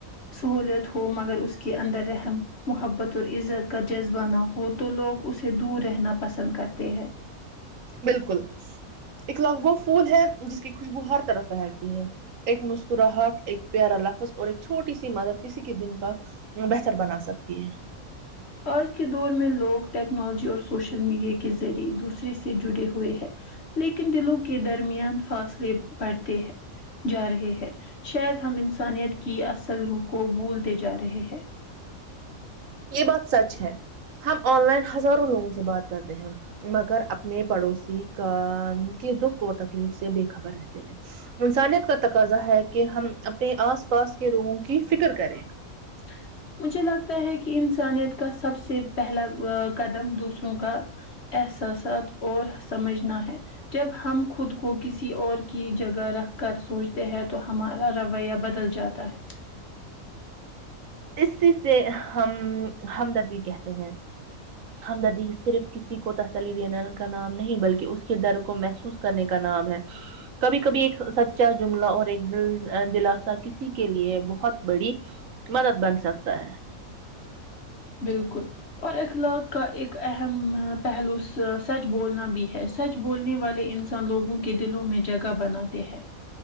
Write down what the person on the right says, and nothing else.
بلکل اکھلاق وہ فھول ہے جس کی خوشبو ہر طرف فھلتی ہے ایک مسکراہٹ ایک پیارا لفظ اور ایک چھوٹی سی مدد کسی کے دن کا بہتر بنا سکتی ہے
یہ بات سچ ہے ہم آن لائن ہزاروں لوگوں سے بات کرتے ہیں مگر اپنے پڑوسی کا کی دکھ اور تکلیف سے بے خبر رہتے ہیں انسانیت کا تقاضا ہے کہ ہم اپنے آس پاس کے لوگوں کی فکر کریں
اسی سے ہم ہمدر بھی کہتے ہیں ہمدردی صرف کسی کو تسلی دینے کا نام نہیں بلکہ اس کے در کو محسوس کرنے کا نام ہے کبھی کبھی ایک سچا جملہ اور ایک دل دلاسا کسی کے لیے بہت بڑی مدد بن سکتا ہے